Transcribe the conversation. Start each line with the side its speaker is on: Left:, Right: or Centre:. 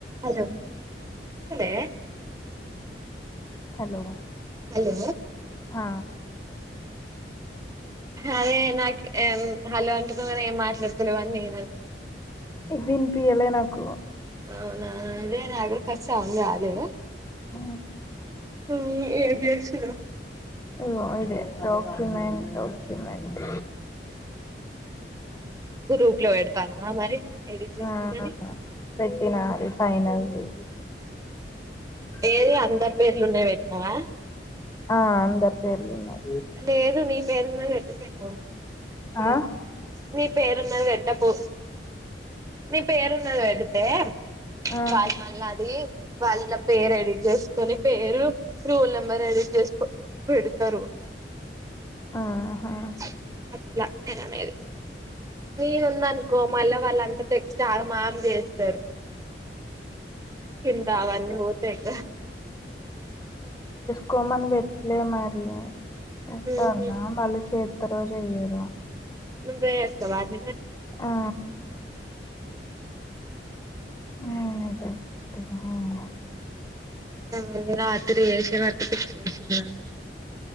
Right: Hello ఇనిపిస్తుందా
Left: hello
Right: hello
Left: ఆ
Right: అదే నాకి హలో అంటే కూడా ఏం మాట్లాడుతలే అని నేను అను
Left: వినిపియాలా నాకు
Right: అవునా అదే నా పస్ట్ సాంగ్ రాలేదు
Left: ఆ
Right: అవును ఎమ్ చేస్తున్నావ్
Left: ఓ అదే డాక్యుమెంట్ డాక్యుమెంట్
Right: గ్రూప్ లో పెడతాను మరి ఎడిట్ చేసుకోమని
Left: ఆ పెట్టినా అది ఫైనల్ది
Right: ఏది అందరి పేర్లు ఉండేవి పేట్నావా
Left: ఆ అందరు పేర్లు ఉన్నాయి
Right: లేదు నీ పేరుమీద పెట్టాలేదు
Left: ఆ
Right: మీ పేరున్నది పెట్ట పో మీ పేరున్నది పెడితే
Left: ఆ
Right: కాదు మళ్ళ అది వాళ్ళ పేరు ఎడిట్ చెస్ కొన్ని పేరు రోల్ నెంబర్ ఎడిట్ చేసుకో పెడతారు
Left: ఆహా
Right: <unintelligible> ట్లా నిను అనేది నేను ఉంన్ననుకో మళ్ళ వాళ్ళు అంట టెక్స్ట్ అగమాగ్ ని చేస్తారు కింద అవన్ని ఓ పెద్ద
Left: కోమని పెట్లే మరి పెట్టాల్నా
Right: ఉహు
Left: మల్లిచేస్ తరో చెయ్యరో
Right: నువ్వే చెస్తావా వట్
Left: ఆ నినే చేస్తిగా ఆ
Right: ఆ రాత్రి చేసినందుకు పిచ్చిలేసింది నాకు